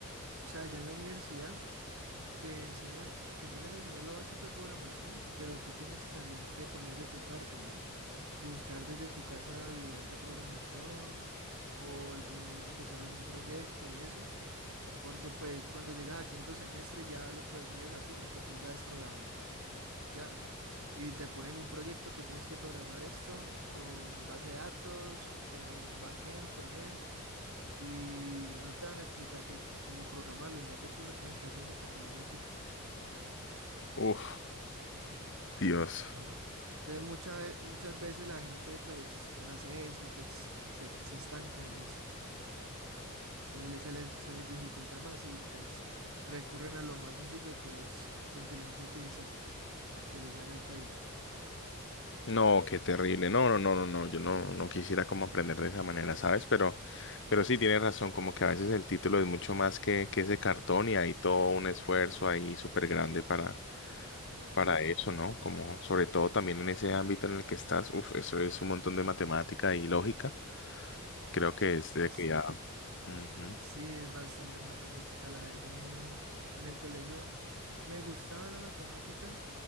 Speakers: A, on the right (about 65°); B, on the left (about 55°).
A: sea, ya en la universidad Te enseñan, te empiezan a enseñar lo básico de programación, pero tú tienes también que poner de tu parte, ¿no? Buscar desde tu casa videos de programación o algún, empezar algún proyecto y eso, porque pues cuando llegas a quinto semestre ya los profesores asumen que tú sabes programar, ¿ya? Y te ponen un proyecto que tienes que programar esto con base de datos, con backend, frontend, y no te van a explicar que, cómo programarlo, y no que tú lo tienes que hacer junto con un equipo.
B: Uf, Dios.
A: Ajá. Entonces muchas, muchas veces la gente pues no hace eso y pues se, se estanca en eso. Entonces les- se les, se les dificulta más y pues recurren a lo más sencillo que es la inteligencia artificial, a que les haga el código.
B: No, qué terrible. No, no, no, no, no. Yo no, no quisiera como aprender de esa manera, ¿sabes? Pero, pero sí tienes razón, como que a veces el título es mucho más que, que ese cartón y hay todo un esfuerzo ahí súper grande para,
A: Claro,
B: para eso, ¿no? Como sobre todo también en ese ámbito en el que estás, uf, eso es un montón de matemática y lógica. Creo que es de
A: bastante.
B: cuidado. Ujú.
A: Sí, es bastante matemática. La verdad, a mí en el colegio me gustaba la matemática